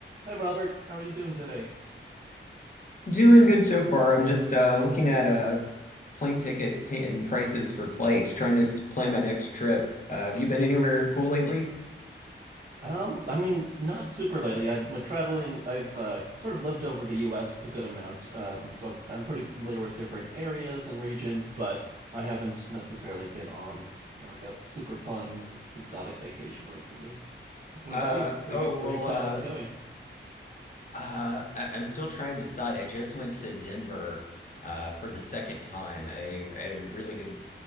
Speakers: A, on the right; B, on the left.
A: Hi, Robert. How are you doing today?
B: Doing good so far. I'm just uh, looking at uh, plane tickets ta- and prices for flights, trying to s- plan my next trip. Uh, have you been anywhere cool lately?
A: Um, I mean, not super lately. I'm uh, traveling. I've uh, sort of lived over the U.S. a good amount, um, so I'm, I'm pretty familiar with different areas and regions. But I haven't necessarily been on like a super fun exotic vacation recently. What
B: Uh,
A: about you? Where
B: oh,
A: you
B: well,
A: where are you planning
B: uh,
A: on going?
B: uh, I I'm still trying to decide. I just went to Denver uh, for the second time. I, I had a really good